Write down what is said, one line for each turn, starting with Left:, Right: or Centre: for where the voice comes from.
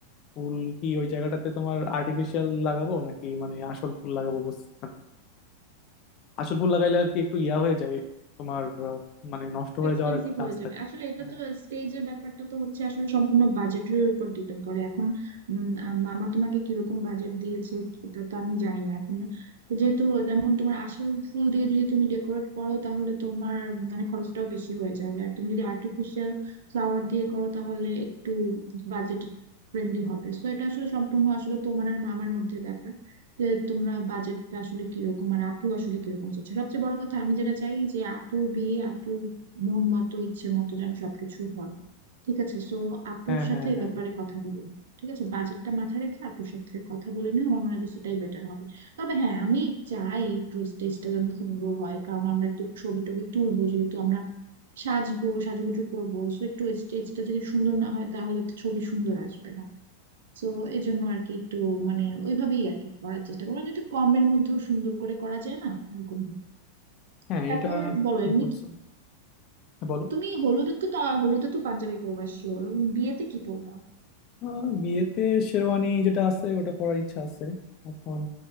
Left: ফুল কি ওই জায়গাটাতে তোমার আর্টিফিশিয়াল লাগাবো নাকি মানে আসল ফুল লাগাবো বুঝতে পারছো আসল ফুল লাগাইলে আর কি একটু ইয়া হয়ে যায় তোমার আহ, মানে নষ্ট হয়ে
Right: এক্সপেন্সিভ
Left: যাওয়ার একটু চান্স
Right: হয়ে যাবে
Left: থাকে
Right: আসলে এটা
Left: হ্যাঁ
Right: তো স্টেজের ব্যাপারটা তো হচ্ছে আসলে সম্পূর্ণ বাজেটের উপর ডিপেন্ড করে এখন উম, আ- মামা তোমাকে কিরকম বাজেট দিয়েছে এটা তো আমি জানি না এখন যেহেতু যেমন তোমার আসল ফুল দিয়ে যদি তুমি ডেকোরেট করো তাহলে তোমার মানে খরচটাও বেশি হয়ে যাবে আর তুমি যদি আর্টিফিশিয়াল ফ্লাওয়ার দিয়ে করো তাহলে একটু বাজেট ফ্রেন্ডলি হবে সো এটা আসলে সম্পূর্ণ আসলে তোমার আর মামার মধ্যে ব্যাপার যে তোমরা বাজেটটা আসলে কিরকম আর আপু আসলে কিরকম চাচ্ছে সবচেয়ে বড় কথা আমি যেটা চাই যে আপু বিয়ে আপু মন মতো ইচ্ছে মতো যেন সবকিছু হয় ঠিক আছে সো আপুর
Left: হ্যাঁ
Right: সাথে
Left: হ্যাঁ
Right: এই
Left: হ্যাঁ
Right: ব্যাপারে কথা বলে নিও। ঠিক আছে বাজেটটা মাথায় রেখে আপুর সাথে কথা বলে নিও আমার মনে হয় যে সেটাই বেটার হবে তবে হ্যাঁ আমি চাই একটু স্টেজটা যেন সুন্দর হয় কারণ আমরা একটু ছবি টবি তুলবো যেহেতু আমরা সাজবো সাজুগুজু করবো সো একটু স্টেজটা যদি সুন্দর না হয় তাহলে তো ছবি সুন্দর আসবে না তো এই জন্য আর কি একটু মানে ওইভাবেই আর কি করার চেষ্টা করা যদি কমের মধ্যেও সুন্দর করে করা যায় না এরকম ভাবে।
Left: হ্যাঁ
Right: তারপর
Left: এটা
Right: বলো
Left: ঠিক
Right: এমনি
Left: বলছো হ্যাঁ, বলো
Right: তুমি হলুদে তো তা- হলুদে তো পাঞ্জাবি পরবা শিওর বিয়েতে কি পরবা
Left: আহ, বিয়েতে শেরওয়ানি যেটা আছে ওটা পরার ইচ্ছা আছে এখন